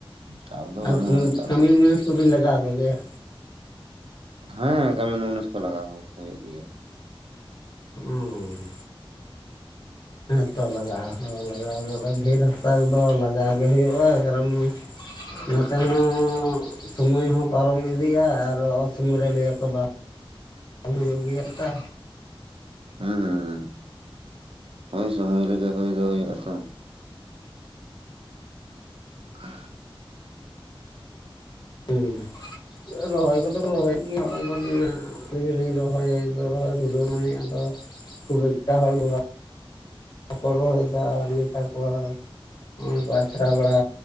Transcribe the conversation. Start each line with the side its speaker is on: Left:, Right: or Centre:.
Right: ᱪᱟᱯ ᱫᱚ
Left: ᱟᱨ
Right: ᱵᱟᱹᱱᱩᱜᱼᱟ ᱱᱮᱛᱟᱨ
Left: ᱠᱟᱢᱤᱱ
Right: ᱫᱚ
Left: ᱢᱩᱱᱤᱥ ᱠᱚᱵᱤᱱ ᱞᱟᱜᱟᱣ ᱠᱚ ᱜᱮᱭᱟ
Right: ᱦᱮᱸ ᱠᱟᱢᱤᱱ ᱢᱩᱱᱤᱥ ᱠᱚ ᱞᱟᱜᱟᱣ ᱦᱩᱭᱩᱜ ᱜᱮᱭᱟ ᱾
Left: ᱦᱩᱸ ᱦᱮᱸᱛᱚ ᱞᱟᱜᱟᱣ ᱞᱟᱜᱟᱣ ᱰᱷᱤᱨ ᱦᱟᱥᱟ ᱨᱮᱫᱚ ᱞᱟᱜᱟᱣ ᱜᱮ ᱦᱩᱭᱩᱜᱼᱟ ᱠᱟᱨᱚᱱ ᱱᱚᱛᱮ ᱦᱚᱸ ᱥᱚᱢᱚᱭ ᱦᱚᱸ ᱯᱟᱨᱚᱢ ᱤᱫᱤᱜᱼᱟ ᱟᱨ ᱚᱥᱚᱢᱚᱭ ᱨᱮ ᱞᱟᱹᱭᱟᱠᱚ ᱵᱟᱝ ᱦᱩᱭᱩᱜ ᱜᱮᱭᱟ ᱛᱟ
Right: ᱦᱩᱸᱻ ᱦᱳᱭ ᱥᱚᱢᱚᱭ ᱨᱮᱜᱮ ᱦᱳᱭ ᱫᱚ ᱦᱩᱭᱩᱜᱼᱟ ᱛᱚ <inaudible>
Left: ᱦᱩᱸ ᱨᱚᱦᱚᱭ ᱠᱚᱫᱚ ᱠᱩ ᱨᱚᱦᱚᱭᱮᱫ ᱜᱮᱭᱟ ᱟᱹᱞᱤᱧ ᱦᱚᱸᱞᱤᱧ ᱨᱚᱦᱚᱭ ᱨᱚᱦᱚᱭ ᱫᱷᱩᱨᱟᱹᱣ ᱱᱟᱹᱞᱤᱧ ᱟᱫᱚ ᱠᱷᱩᱵ ᱮᱠᱴᱟ <unintelligible> ᱵᱟᱠᱚ ᱨᱚᱦᱚᱭᱫᱟ ᱟᱨ ᱜᱮ ᱛᱟᱠᱚᱣᱟ ᱩᱱ ᱠᱚ ᱟᱪᱷᱲᱟ ᱵᱟᱲᱟ